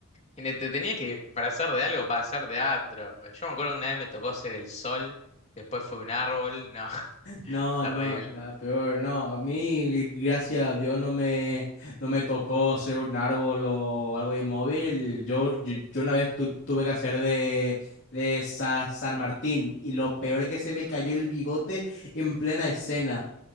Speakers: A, on the left (about 30°); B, on the left (about 55°).
A: Y ne- Te tenías que disfrazar de algo para hacer teatro. Yo me acuerdo que una vez me tocó ser el sol, después fue un árbol. No, <laughs>
B: No,
A: terrible.
B: no, la peor, no. A mí, gracias a Dios, no me, no me tocó ser un árbol o algo inmóvil. Yo, yo, yo una vez tu- tuve que hacer de, de Sa- San Martín y lo peor es que se me cayó el bigote en plena escena.